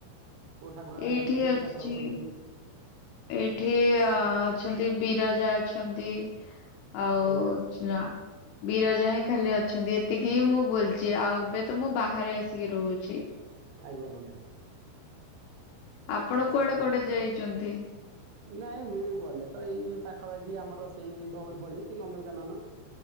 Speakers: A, on the right (about 85°); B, on the left (about 85°).
A: କୋଉ ଠାକୁର ମାନେ
B: ଏଇଠି
A: ଅଛନ୍ତି
B: ଅଛି
A: କି ଠାକୁର ଅଛନ୍ତି?
B: ଏଇଠି ଅ ଅଛନ୍ତି ବିରଜା ଅଛନ୍ତି। ଆଉ
A: ଆଜ୍ଞା
B: ଚା ବିରଜା ହିଁ ଖାଲି ଅଛନ୍ତି ଏତିକି ହିଁ ମୁଁ ବୁଲଚି। ଆଉ ଏବେ ତ ମୁଁ ବାହାରେ ଆସିକି ରହୁଛି।
A: ଆଜ୍ଞା ଆଜ୍ଞା।
B: ଆପଣ
A: ଆ <unintelligible>
B: କୁଆଡେ କୁଆଡେ ଯାଇଛନ୍ତି?
A: ନାଇଁ ମୁଁ ଗଲେ ତ ଏଇ ଯ ପାଖାପାଖି ଆମର ସେଇ ଧଉଳି ଫଉଳି କି ନନ୍ଦନକାନନ।